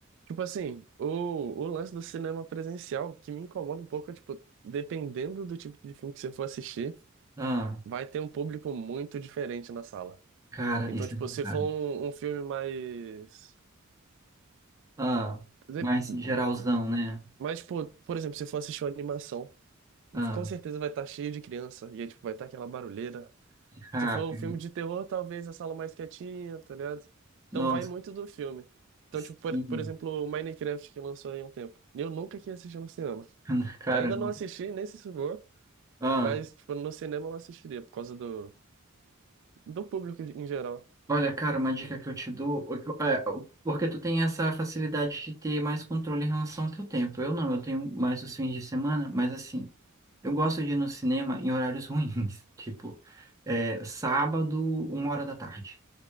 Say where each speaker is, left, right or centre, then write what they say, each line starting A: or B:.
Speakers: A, on the right; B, on the right.
A: Tipo assim, o, o lance do cinema presencial que me incomoda um pouco é, tipo, dependendo do tipo de filme que você for assistir,
B: ah,
A: vai ter um público muito diferente na sala.
B: cara,
A: Então,
B: isso
A: tipo,
B: é verdade.
A: se for um, um filme mais.
B: Ah,
A: de-
B: mais geralzão, né?
A: Mais, tipo, por exemplo, se for assistir uma animação,
B: Ah,
A: com certeza vai estar cheio de criança, e aí, tipo, vai estar aquela barulheira.
B: rápido.
A: Se for um filme de terror, talvez a sala mais quietinha, tá ligado? Então
B: Nossa,
A: vai muito do filme. Então, tipo,
B: sim.
A: por, por exemplo, o Minecraft que lançou aí há um tempo. Eu nunca quis assistir no cinema.
B: <laughs> Caramba.
A: Ainda não assisti, nem se for.
B: Ah,
A: Mas, tipo, no cinema eu não assistiria, por causa do, do público em geral.
B: olha, cara, uma dica que eu te dou, o que eu- é, o- porque tu tem essa facilidade de ter mais controle em relação ao teu tempo. Eu não, eu tenho mais os fins de semana, mas assim, eu gosto de ir no cinema em horários ruins, <laughs> tipo, é, sábado, uma hora da tarde.